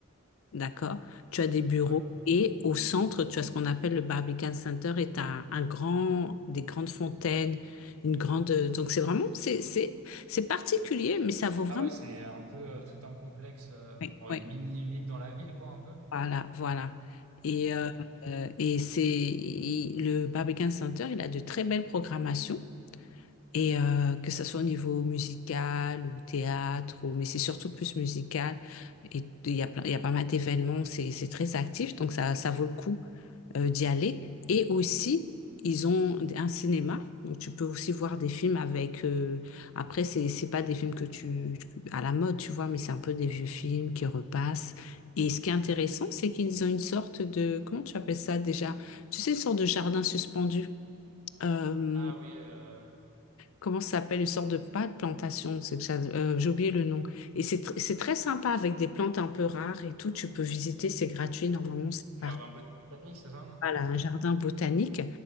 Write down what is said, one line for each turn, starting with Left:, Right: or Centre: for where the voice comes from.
Left: d'accord? Tu as des bureaux
Right: Ouais.
Left: et au centre, tu as ce qu'on appelle le Barbican Center et tu as un grand, des grandes fontaines, une grande. Donc, c'est vraiment, c'est, c'est, c'est particulier, mais ça vaut vraiment.
Right: Ah ouais, c'est un peu euh, tout un complexe, euh,
Left: Oui,
Right: bon,
Left: oui.
Right: une mini-ville dans la ville, quoi, un peu.
Left: Voilà, voilà. Et,
Right: Ok.
Left: euh, euh, et c'est et le Barbican Center, il a de très belles programmations. Et euh, que ça soit au niveau musical ou théâtre, ou... mais c'est surtout plus musical. Et il y a plein- il y a pas mal d'événements, c'est c'est très actif, donc ça, ça vaut le coup euh, d'y aller. Et aussi, ils ont un cinéma, donc tu peux aussi voir des films avec. euh, Après, c'est c'est pas des films que tu à la mode, tu vois, mais c'est un peu des vieux films qui repassent. Et ce qui est intéressant, c'est qu'ils ont une sorte de comment tu appelles ça déjà? Tu sais, une sorte de jardin suspendu. Euh,
Right: Ah oui, euh,
Left: comment ça s'appelle, une sorte de pas de plantation, c'est que ça- euh, j'ai oublié le nom. Et c'est tr- c'est très sympa avec des plantes un peu rares et tout, tu peux visiter, c'est gratuit, normalement
Right: ok.
Left: c'est
Right: Genre
Left: par
Right: un peu de Titanic, c'est ça, non?
Left: voilà,
Right: Euh,
Left: un jardin botanique